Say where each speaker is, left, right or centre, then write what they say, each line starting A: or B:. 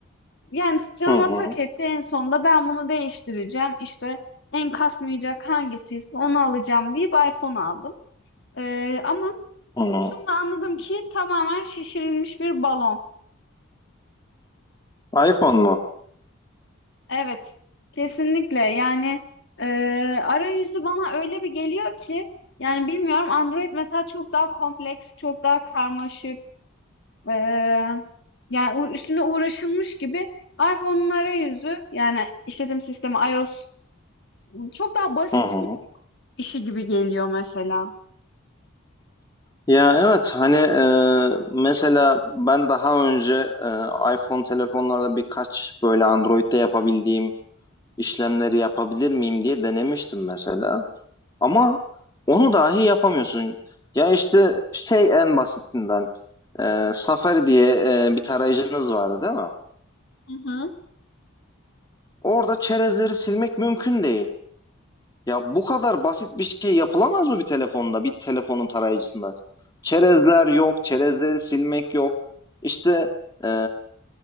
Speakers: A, on the left; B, on the left.
A: Yani canıma
B: hı hı,
A: tak etti en sonunda ben bunu değiştireceğim. İşte en kasmayacak hangisiyse onu alacağım deyip iPhone aldım. Ee, ama
B: hı.
A: şunu da anladım ki tamamen şişirilmiş bir balon.
B: iPhone mu?
A: Evet, kesinlikle. Yani e, arayüzü bana öyle bir geliyor ki yani bilmiyorum Android mesela çok daha kompleks, çok daha karmaşık. e, yani u- üstüne uğraşılmış gibi iPhone'un arayüzü yani işletim sistemi iOS çok daha basit
B: Hı hı.
A: İşi gibi geliyor mesela.
B: Ya evet hani e, mesela ben daha önce e, iPhone telefonlarda birkaç böyle Android'de yapabildiğim işlemleri yapabilir miyim diye denemiştim mesela. Ama onu dahi yapamıyorsun. Ya işte şey en basitinden e, Safari diye e, bir tarayıcınız vardı değil mi?
A: Hı hı.
B: Orada çerezleri silmek mümkün değil. Ya bu kadar basit bir şey yapılamaz mı bir telefonda, bir telefonun tarayıcısında? Çerezler yok, çerezleri silmek yok. İşte e,